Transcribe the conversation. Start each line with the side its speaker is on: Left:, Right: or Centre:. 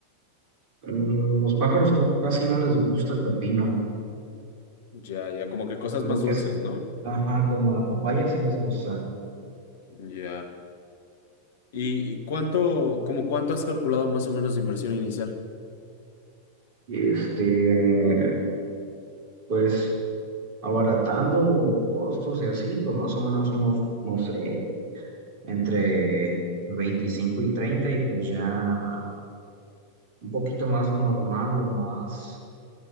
Right: Mm, Los pájaros creo que casi no les gusta el pepino,
Left: Ya, ya, como que cosas
Right: lo
Left: más
Right: que
Left: dulces,
Right: es,
Left: ¿no?
Right: ajá, como la papaya sí les gusta.
Left: Ya. ¿Y, y cuánto, como cuánto has calculado más o menos de inversión inicial?
Right: y este, pues abaratando costos y así, pues más o menos unos, no sé, entre veinticinco y treinta y pues ya un poquito más normal o más,